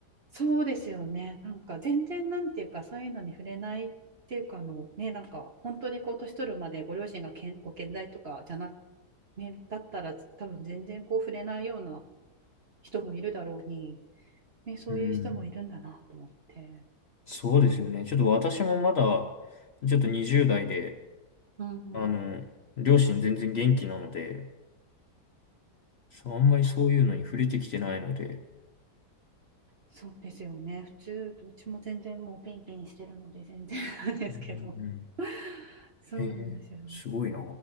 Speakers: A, on the right (about 45°); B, on the left (about 50°).
A: そうですよね。なんか全然なんていうかそういうのに触れないっていうかあのね、なんか本当にこう年取るまでご両親がけんご健在とかじゃなくね、だったら多分全然こう触れないような人もいるだろうに、ね、そういう人もいるんだなと思って。
B: うん。そうですよね。ちょっと私もまだ、ちょっと20代で、
A: うんうん。
B: あの、
A: い
B: 両親全然元気なので、そう、あんまりそういうのに触れてきてないので。
A: や、そうですよね。普通、どっちも全然もうピンピンしてるので全然なんですけど。
B: うん。
A: <laughs> そうなんですよ。
B: ええ、すごいな。